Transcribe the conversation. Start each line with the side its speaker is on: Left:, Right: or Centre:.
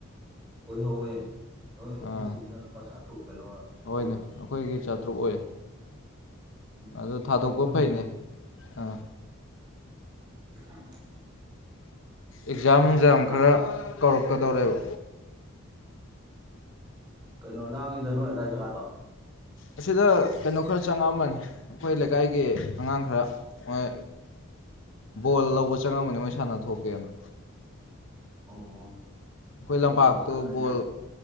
Right: ꯑꯣꯢ ꯍꯧꯋꯦ ꯍꯣꯏ
Left: ꯑꯥ
Right: ꯑꯦꯁ ꯁꯤꯒꯤꯅ ꯂꯨꯄꯥ ꯆꯥꯇ꯭ꯔꯨꯛ ꯀꯩꯅꯣꯔ ꯑꯣꯏꯕꯅꯦ
Left: ꯍꯣꯏꯅꯦ ꯑꯩꯈꯣꯏꯒꯤ ꯆꯥꯇ꯭ꯔꯨꯛ ꯑꯣꯏ
Right: ꯎꯝ
Left: ꯑꯗꯨ ꯊꯥꯗꯣꯛꯄ
Right: ꯅꯣꯏꯅ
Left: ꯐꯩꯅꯦ
Right: ꯑꯃꯨꯛ
Left: ꯑ
Right: <unintelligible>
Left: ꯑꯦꯛꯖꯥꯝ ꯅꯨꯡꯖꯥꯝ
Right: ꯂꯥꯛ
Left: ꯈꯔ ꯀꯧꯔꯛꯀꯗꯧꯔꯦꯕ
Right: ꯀꯩꯅꯣ ꯂꯥꯡꯉꯤꯗ ꯅꯣꯏ ꯑꯗꯥꯏ ꯖꯒꯥꯗꯣ
Left: ꯑꯁꯤꯗ ꯀꯩꯅꯣ ꯈꯔ ꯆꯪꯉꯛꯑꯝꯕꯅꯤ ꯑꯩꯈꯣꯏ ꯂꯩꯀꯥꯏꯒꯤ ꯑꯉꯥꯡ ꯈꯔ ꯃꯣꯢ
Right: <unintelligible>
Left: ꯕꯣꯜ ꯂꯧꯕ ꯆꯪꯉꯝꯕꯅꯤ ꯃꯣꯏ ꯁꯥꯟꯅ ꯊꯣꯛꯀꯦꯅ
Right: ꯑꯣ
Left: ꯑꯩꯈꯣꯏ
Right: ꯍꯧꯖꯤꯛ
Left: ꯂꯝꯄꯥꯛꯇꯨ
Right: ꯕꯣꯜ ꯁꯥꯟꯅꯔꯤꯃꯤ
Left: ꯕꯣꯜ